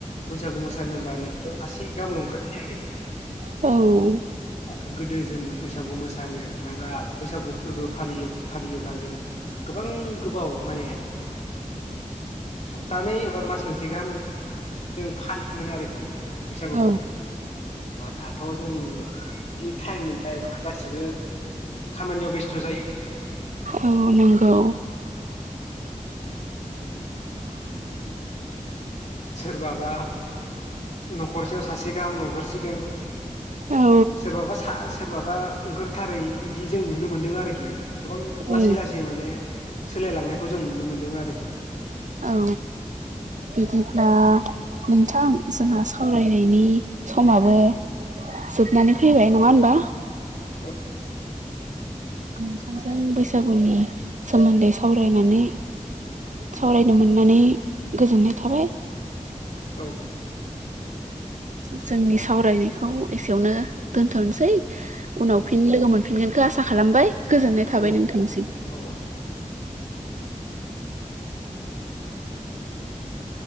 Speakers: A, on the left (about 55°); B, on the right (about 65°).
A: बैसागु मोसानो होनबा न'खराव सासे गामला ओंखार
B: औ।
A: आरो गोदो जों बैसागु मोसानो माबा बैसागु फोरबो फालियो फालियोब्ला जों गोबां गोबाव माने सप्तानै एबा मास मोनसे गाहाम जों फालियोमोन आरोखि बैसागुखौ
B: औ
A: दाथ' जों बिदि टाइम मोनबायबा गासिबो खामानियाव बेस्थ' जायो।
B: औ नंगौ।
A: सोरबाबा न'खरसेयाव सासे गाहाम लेहोरसिगोन।
B: औ
A: सोरबाबा सा सोरबाबा ओंखारथारै बिदि जों नुनो मोनदों आरोखि गोबां लासै
B: औ
A: लासै माने सोलायलांनायखौ जों नुनो मोनदों आरोखि
B: औ बिदिब्ला नोंथां जोंहा सावरायनायनि समाबो जोबनानै फैबाय नङा होमबा?
A: औ।
B: नोंथांजों बैसागुनि सोमोन्दै सावरायनानै सावरायनो मोननानै गोजोननाय थाबाय
A: औ।
B: जोंनि सावरायनायखौ एसेयावनो दोनथ'नोसै उनाव
A: औ
B: फिन लोगो मोन फिनगोनखौ आसा खालामबाय गोजोननाय थाबाय
A: औ
B: नोंथांसिम।
A: औ